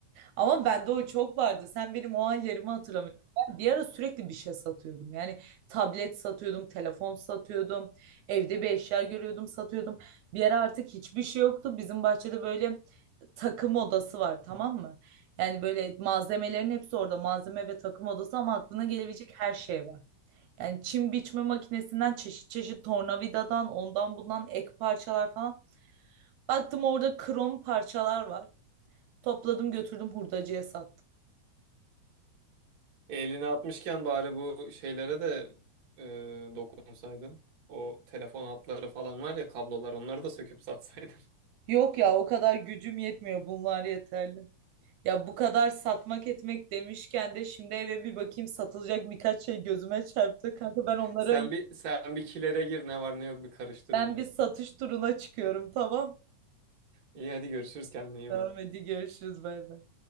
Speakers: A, on the right; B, on the right.
A: Ama bende o çok vardı. Sen benim o hallerimi hatırlamıyorsun. Ben bir ara sürekli bir şey satıyordum. Yani tablet satıyordum, telefon satıyordum. Evde bir eşya görüyordum, satıyordum. Bir ara artık hiçbir şey yoktu. Bizim bahçede böyle takım odası var, tamam mı? Yani böyle malzemelerin hepsi orada. Malzeme ve takım odası ama aklına gelebilecek her şey var. Yani çim biçme makinesinden çeşit çeşit tornavidadan ondan bundan ek parçalar falan. Baktım orada krom parçalar var. Topladım götürdüm hurdacıya sattım.
B: Elini atmışken bari bu şeylere de e, dokunsaydın. O telefon hatları falan var ya kablolar onları da söküp satsaydın.
A: Yok ya o kadar gücüm yetmiyor. Bunlar yeterli. Ya bu kadar satmak etmek demişken de şimdi eve bir bakayım satılacak birkaç şey gözüme çarptı. Kanka
B: <laughs>
A: ben onlara
B: Sen bir sen bir kilere gir ne var ne yok bir karıştır
A: ben
B: biraz.
A: bir satış turuna çıkıyorum tamam.
B: İyi hadi görüşürüz kendine iyi
A: Tamam
B: bak.
A: hadi görüşürüz bay bay.